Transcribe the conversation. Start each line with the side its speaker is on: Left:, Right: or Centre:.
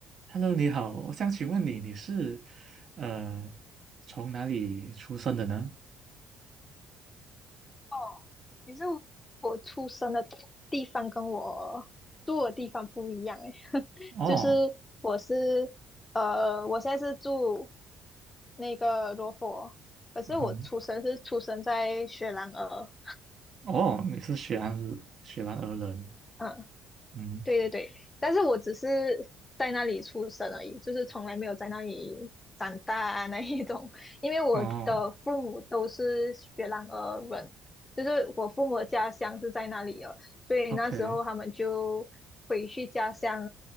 Right: Hello，你好，我想请问你，你是呃从哪里出生的呢？
Left: 哦，你是我出生的地方跟我住的地方不一样诶，<laughs>
Right: 哦，
Left: 就是我是呃，我现在是住那个罗佛，可是我出生是出生在雪兰莪，
Right: 嗯，哦，你是雪兰莪雪兰莪人，
Left: 嗯，
Right: 嗯，
Left: 对对对，但是我只是在那里出生而已，就是从来没有在那里长大啊 <laughs> 那一种。因为我的父母都是雪兰莪人，
Right: 哦
Left: 就是我父母的家乡是在那里的，所以那时候他们就回去家乡
Right: ，OK，